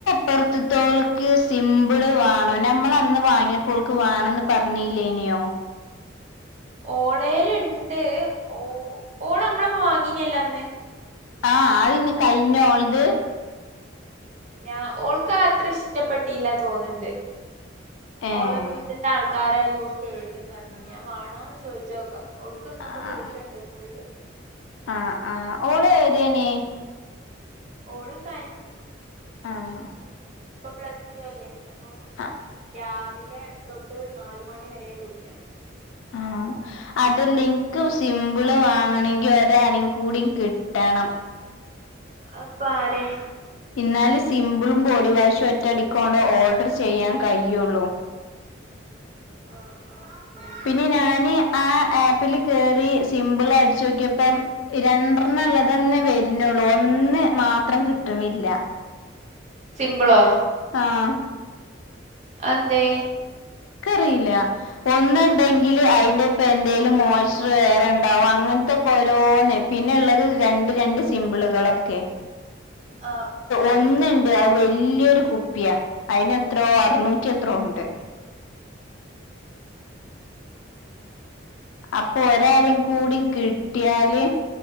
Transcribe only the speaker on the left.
പറത്തോൾക്ക് സിമ്പിള് വേണം. നമ്മൾ അന്ന് വാങ്ങിയപ്പോൾക്ക് വേണംന്ന് പറഞ്ഞില്ലേനെയോ
ആഹ് അയ്ഞ് കൈഞ്ഞോ ഓൾത്
ഏഹ്
ആഹ്
ആഹ് ആഹ് ഓള് ഏതേനി
ആഹ്
ആഹ്
ആഹ് അതല്ലേ ഇൻക്ക് സിമ്പിൾ വാങ്ങണങ്കിൽ ഒരാളീം കൂടി കിട്ടണം
ഇന്നാല് സിംമ്പിളും ബോഡി വാഷും ഒറ്റ അടിക്കണ്ട് ഓർഡർ ചെയ്യാൻ കഴിയുള്ളൂ
പിന്നെ ഞാന് ആഹ് ആപ്പില് കേറി സിമ്പിൾ അടച്ച് നോക്കിയപ്പം രണ്ടർനള്ളത് തന്നെ വരുനൊള്ളൂ ഒന്ന് മാത്രം കിട്ട്ണില്ല
ആഹ്
ക്കറില്ല ഒന്നുണ്ടെങ്കിൽ അതിന്റെപ്പ എന്തേലും മോസ്റ്റർ വേറെ ഇണ്ടാവും അങ്ങൻ ത്തൊക്കെ ഓരോന്ന് പിന്നെള്ളത് രണ്ട് രണ്ട് സിംമ്പിളുകളൊക്കെ
ഒന്ന്ണ്ട് അത് വല്യൊരു കുപ്പിയാ അയിന് എത്രോ അറ്നൂറ്റി എത്രോ ഇണ്ട് അപ്പൊ ഒരാളി കൂടി കിട്ടിയാല്